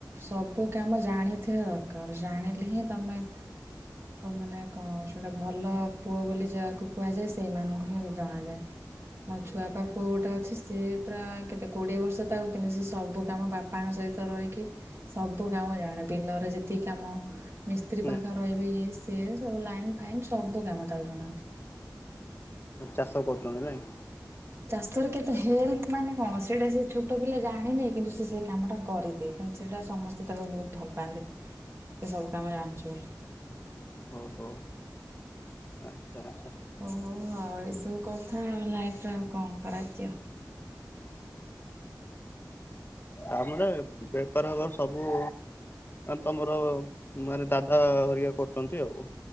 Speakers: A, on the right; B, on the left.
A: ସବୁ କାମ ଜାଣିଥିବା ଦରକାର ଜାଣିଲେ ହିଁ ତମେ ଆ ମାନେ କଣ ସେଇଟା ଭଲ ପୁଅ ବୋଲି ଯାହାକୁ କୁହାଯାଏ ସେଇମାନଙ୍କୁ ହୁଁ ଜଣାଯାଏ। ମୋ ଛୁଆ ପାପୁ ଗୋଟେ ଅଛି ସିଏ ପ୍ରା କେତେ କୋଡିଏ ବର୍ଷ ତାକୁ କିନ୍ତୁ ସେ ସବୁ କାମ ବାପ ପାଙ୍କ ସହିତ ରହିକି ସବୁ କାମ ଜାଣେ ବିଲରେ ଯେତିକି କାମ। ମିସ୍ତ୍ରୀ
B: ହୁଁ
A: ପାଖରେ ରହିବେ ଇଏ ସିଏ ସବୁ ଲାଇନ୍ ଫାଇନ୍ ସବୁ କାମ ତାକୁ ଜଣାଅଛି।
B: ଚାଷ କରୁଚନ୍ତି ନାଇଁ?
A: ଚାଷର କେତେ ହେଲ୍ପ ମାନେ କଣ ସେଇଟା ସେଛୋଟ ପିଲା ଜାଣିନି କିନ୍ତୁ ସେ ସେକାମଟା କରିଦିଏ। କିନ୍ତୁ ସେଇଟା ସମସ୍ତେ ତାକୁ ବହୁତ୍ ଭଲ ପାଆନ୍ତି ସେସବୁ କାମ ଜାଣିଚି ବୋଲି।
B: ଓହୋ। ଆଚ୍ଛା ଆଚ୍ଛା
A: ଓ ହୋଉ ଆଉ ଏସବୁ କଥା ଆଉ ଲାଇଫରେ ଆଉ କଣ କରାଯିବ।
B: ତାପରେ ବେପାର ହବ ସବୁ ତମର ମାନେ ଦାଦା ହରିକା କରୁଚନ୍ତି ଆଉ।